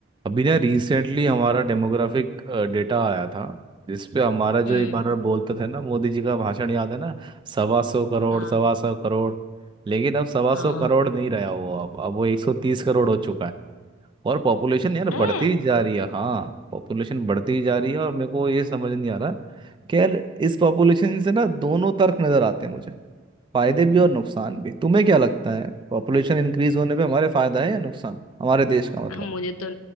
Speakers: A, on the right (about 20°); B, on the left (about 80°).
A: अभी ना रिसेंटली हमारा डेमोग्राफिक डेटा आया था जिस पे हम्म। हमारा जो
B: हम्म
A: एक बार बोलते थे ना मोदी जी का भाषण याद है ना सवा सौ करोड़
B: हाँ
A: सवा सौ करोड़ लेकिन अब सवा
B: हाँ
A: सौ करोड़ नहीं रहा वो अब अब वो एक सौ तीस करोड़ हो चुका है और पॉपुलेशन यार
B: है
A: बढ़ती ही जा रही है हाँ पॉपुलेशन बढ़ती ही जा रही है और मेरे को ये समझ नहीं आ रहा कि यार इस पॉपुलेशन से ना दोनों तर्क नजर आते हैं मुझे फायदे भी और नुकसान भी तुम्हें क्या लगता है पॉपुलेशन इंक्रीज होने पे हमारे फायदा है या नुकसान हमारे देश का मतलब
B: <laughs> मुझे तो